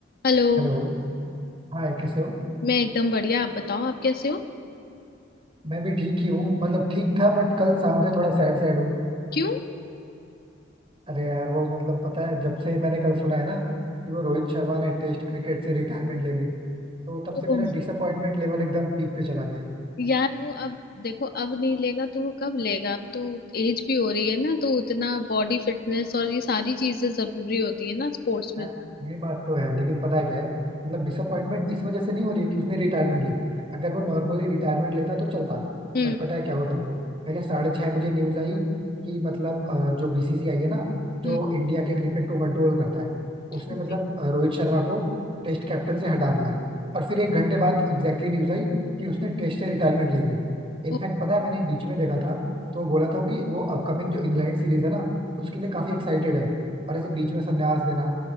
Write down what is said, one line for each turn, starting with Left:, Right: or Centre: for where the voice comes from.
Left: Hello
Right: Hello Hi कैसे हो
Left: मैं एकदम बढ़िया आप बताओ आप कैसे हो
Right: मैं भी ठीक ही हूँ मतलब ठीक था बट कल शाम से थोड़ा सैड सैड हूँ
Left: क्यों
Right: अरे यार वो मतलब पता है जब से मैंने कल सुना है ना कि वो रोहित शर्मा ने टेस्ट क्रिकेट से रिटायरमेंट ले ली तो तब
Left: ओह,
Right: से मेरा डिसअपॉइंटमेंट लेवल एकदम पीक पे चला गया है
Left: यार वो अब देखो अब नहीं लेगा तो वो कब लेगा अब तो एज भी हो रही है ना तो उतना बॉडी फिटनेस और ये सारी चीजें जरूरी होती है ना स्पोर्ट्स में
Right: यार, ये बात तो है लेकिन पता है क्या है मतलब डिसअपॉइंटमेंट इस वजह से नहीं हो रही है कि उसने रिटायरमेंट ली अगर वो नॉर्मली रिटायरमेंट लेता तो चलता
Left: हम्म
Right: बट पता है क्या हुआ पहले पहले साढ़े छह बजे न्यूज आई कि मतलब अ, जो बीसीसीआई है ना जो
Left: हम्म
Right: इंडिया के क्रिकेट को कंट्रोल करता है
Left: हाँ
Right: उसने मतलब
Left: जी।
Right: अ, रोहित शर्मा को टेस्ट कैप्टन से हटा दिया और फिर एक घंटे बाद एग्जैक्टली न्यूज आई कि उसने टेस्ट से रिटायरमेंट ले ली इनफैक्ट
Left: ओ,
Right: पता है मैंने बीच में देखा था तो बोला था कि वो अपकमिंग जो इंग्लैंड सीरीज है ना उसके लिए काफी एक्साइटेड है और ऐसे बीच में संन्यास लेना